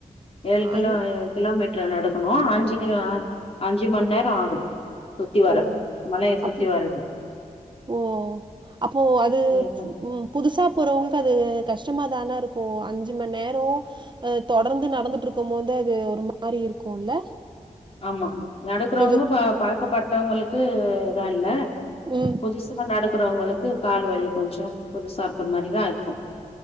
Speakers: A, on the left; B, on the right.
A: ஏழு கிலோ
B: அந்
A: கிலோமீட்டர் நடக்கும் அஞ்சு அஞ்சு மணி நேரம் ஆகுது சுத்தி வர
B: ஓ
A: மலைய சுத்தி
B: அப்போ
A: வரது
B: ஓ அப்போ அது
A: ம்
B: உ புதுசா போறவங்களுக்கு அது கஷ்டமா தானே இருக்கும் அஞ்சு மணி நேரம் தொடர்ந்து நடந்துட்டு இருக்கும் போது இது ஒரு மாதிரி இருக்கும்ல
A: ஆமா நடக்கறவங்க
B: கொஞ்சம்
A: பா பழக்கப்பட்டவங்களுக்குதான் இல்ல
B: ம்
A: புதுசு நட அப்புறவங்களுக்கு கால் வலி கொஞ்சம் புதுசாப்பிடற மாதிரிதான் இருக்கும்